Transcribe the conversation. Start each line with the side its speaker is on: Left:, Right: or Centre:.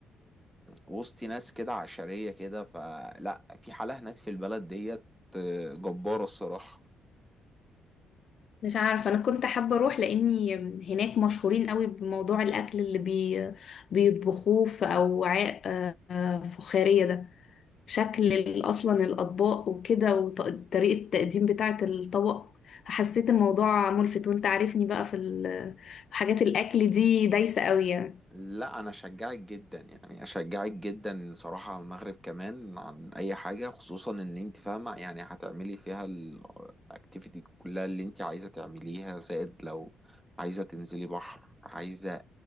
Centre: وسط ناس كده عشرية كده فلا في حالة هناك في البلد ديت جبارة الصراحة
Left: مش عارفه انا كنت حابه اروح لاني هناك مشهورين قوي بموضوع الاكل اللي بي بيطبخوه في اوعاء آه، فخاريه ده شكل ال- اصلا الاطباق وكده وطريقه التقديم بتاعه الطبق حسيت الموضوع ملفت وانت عارفني بقى في ال- في حاجات الاكل دي دايسه قوي يعني
Centre: لا انا اشجعك جدا يعني اشجعك جدا صراحة على المغرب كمان عن اي حاجة خصوصا ان انت فاهمة يعني هتعملي فيها الاكتيفيتي كلها اللي انت عايزة تعمليها زائد لو عايزة تنزلي بحر عايزة